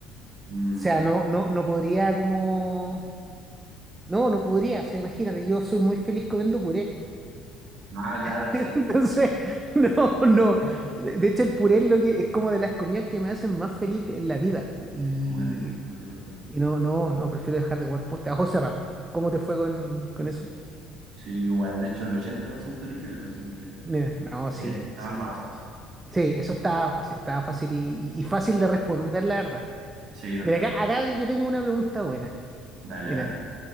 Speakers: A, on the right; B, on the right.
A: Mm,
B: O sea, no, no, no podría como. No, no podría. O sea, imagínate, yo soy muy feliz comiendo puré.
A: ah, claro,
B: <laughs>
A: sí.
B: Entonces, no, no. De de hecho, el puré es lo que es como de las comidas que me hacen más feliz en la vida. Y
A: Sí, son muy ricos, muy ricos el puré.
B: Y no, no, no, prefiero dejar de jugar poste. A ojos cerrados. ¿Cómo te fue con, con eso?
A: Sí, igual, de hecho, el 80% eligió eso, así que
B: Mira, no, sí,
A: eh, estaba
B: sí.
A: fácil.
B: Sí, eso estaba fácil, estaba fácil y, y- y fácil de responder, la verdad.
A: Sí, también.
B: Mira, acá, acá yo tengo una pregunta buena.
A: Dale,
B: Mira,
A: a ver.